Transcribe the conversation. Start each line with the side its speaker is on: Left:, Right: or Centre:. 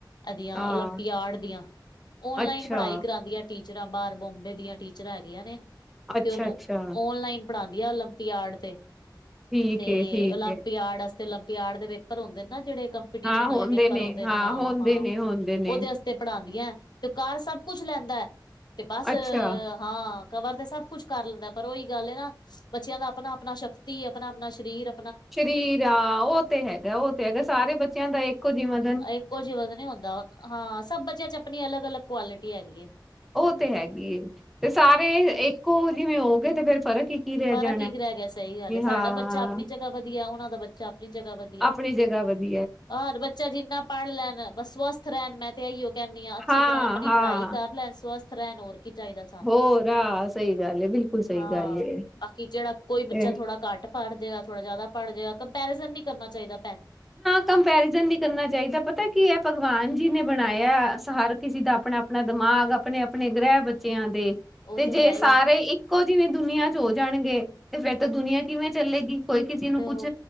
Left: ਐਧੀਆ
Centre: ਹਾਂ
Left: ਓਲੰਪੀਆਡ ਦੀਆਂ, ਓਨਲਾਈਨ
Centre: ਅੱਛਾ
Left: ਪੜ੍ਹਾਈ ਕਰਾਂਦੀਆਂ ਟੀਚਰਾਂ, ਬਾਅਰ ਬੋਂਬੇ ਦੀਆਂ ਟੀਚਰਾਂ ਹੈਗੀਆਂ ਨੇ
Centre: ਅੱਛਾ
Left: ਤੇ ਉਨੂੰ
Centre: ਅੱਛਾ
Left: ਓਨਲਾਈਨ ਪੜਾਦੀਆਂ ਓਲੰਪੀਆਡ ਤੇ।
Centre: ਠੀਕ
Left: ਤੇ
Centre: ਏ ਠੀਕ
Left: ਓਲੰਪੀਆਡ
Centre: ਏ
Left: ਅਸ ਤੇ ਓਲੰਪੀਆਡ ਦੇ ਪੇਪਰ ਹੁੰਦੇਨ ਨਾ ਜੇੜੇ ਕੰਪੀਟੀਸ਼ਨ
Centre: ਹਾਂ ਹੁੰਦੇ
Left: ਆਲੇ ਪੇਪਰ
Centre: ਨੇ
Left: ਹੁੰਦੇਨ,
Centre: ਹਾਂ
Left: ਹਾਂ-ਹਾਂ।
Centre: ਹੁੰਦੇ ਨੇ ਹੁੰਦੇ ਨੇ
Left: ਅਸਤੇ ਪੜਾਦੀਆਂ, ਤੇ ਓ ਕਰ ਸਭ ਕੁੱਛ ਲੈਂਦੈ ਤੇ ਬਸ
Centre: ਅੱਛਾ
Left: ਹਾਂ, ਕਵਰ ਤੇ ਸਭ ਕੁਛ ਕਰ ਲੈਂਦਾ ਪਰ ਓਹੀ ਗੱਲ ਏ ਨਾ, ਬੱਚਿਆਂ ਦਾ ਅਪਨਾ - ਅਪਨਾ ਸ਼ਕਤੀ, ਅਪਨਾ - ਅਪਨਾ ਸ਼ਰੀਰ
Centre: ਸ਼ਰੀਰ ਆ, ਓ ਤੇ ਹੈਗਾ-ਓ ਤੇ ਹੈਗਾ ਸਾਰੇ ਬੱਚਿਆਂ ਦਾ ਇੱਕੋ ਜਿਵਾ
Left: ਹਾਂ ਇੱਕੋ ਜਿਵਾ ਤੇ ਨੀ ਹੁੰਦਾ, ਹਾਂ ਸਭ ਬੱਚਿਆਂ ਚ ਅਪਨੀ ਅਲੱਗ - ਅਲੱਗ ਕੁਆਲਿਟੀ ਹੈਗੀ ਏ।
Centre: ਓ ਤੇ ਹੈਗੀ ਏ, ਤੇ ਸਾਰੇ ਇੱਕੋ ਜਿਵੇਂ ਹੋ ਗਏ ਤੇ ਫੇਰ ਫਰਕ ਕੀ ਰਹਿ
Left: ਫਰਕ
Centre: ਜਾਣਾ
Left: ਕੀ ਰੈ ਗਿਆ ਸਈ ਗੱਲ
Centre: ਵੀ
Left: ਏ। ਸਾਡਾ
Centre: ਹਾਂ
Left: ਬੱਚਾ ਅਪਨੀ ਜਗ੍ਹਾ ਵਧੀਆ ਓਨਾਂ ਦਾ ਬੱਚਾ ਅਪਨੀ ਜਗ੍ਹਾ ਵਧੀ
Centre: ਅਪਣੀ ਜਗ੍ਹਾ ਵਧੀ
Left: ਔਰ ਬੱਚਾ ਜਿੰਨਾ ਪੜ੍ਹ ਲੈਨ ਬਸ ਸਵਸਥ ਰੈਂਣ ਮੈਂ ਤੇ ਐਈਓ ਕੈਂਨੀ ਆ ਅੱਛੀ
Centre: ਹਾਂ
Left: ਤਰ੍ਹਾਂ ਅਪਨੀ
Centre: ਹਾਂ
Left: ਪੜ੍ਹਾਈ ਕਰ ਲੈਨ ਸਵਸਥ ਰੈਂਨ ਹੋਰ ਕੀ ਚਾਈਦਾ ਸਾ
Centre: ਹੋਰ ਹਾਂ ਸਈ ਗੱਲ ਏ, ਬਿਲਕੁਲ ਸਈ
Left: ਹਾਂ
Centre: ਗੱਲ ਏ।
Left: ਬਾਕੀ ਜੇੜਾ ਕੋਈ ਬੱਚਾ
Centre: ਇਹ
Left: ਥੋੜਾ ਘੱਟ ਪੜ ਜੇਗਾ, ਥੋੜ੍ਹਾ ਜਾਦਾ ਪੜ੍ਹ ਜੇਗਾ, ਕੰਪੈਰੀਜਨ ਨੀ ਕਰਨਾ ਚਾਈਦਾ।
Centre: <inaudible> ਕੰਪੈਰੀਜ਼ਨ ਨੀ ਕਰਨਾ ਚਾਈਦਾ, ਪਤੈ ਕੀ ਐ ਭਗਵਾਨ ਜੀ ਨੇ ਬਣਾਇਆ ਐ ਹਰ ਕਿਸੇ ਦਾ ਅਪਣਾ ਅਪਣਾ ਦਿਮਾਗ, ਅਪਣੇ - ਅਪਣੇ ਗ੍ਰਹਿ ਬੱਚਿਆਂ ਦੇ।
Left: ਉਹ
Centre: ਤੇ ਜੇ
Left: ਹੈ ਹੀ
Centre: ਸਾਰੇ ਇੱਕੋ ਜਿਵੇਂ ਦੁਨੀਆਂ ਚ ਹੋ ਜਾਣਗੇ ਤੇ ਫੇਰ ਤਾਂ ਦੁਨੀਆਂ ਕਿਵੇਂ ਚੱਲੇਗੀ। ਕੋਈ ਕਿਸੀ ਨੂੰ
Left: ਤੇ
Centre: ਕੁਛ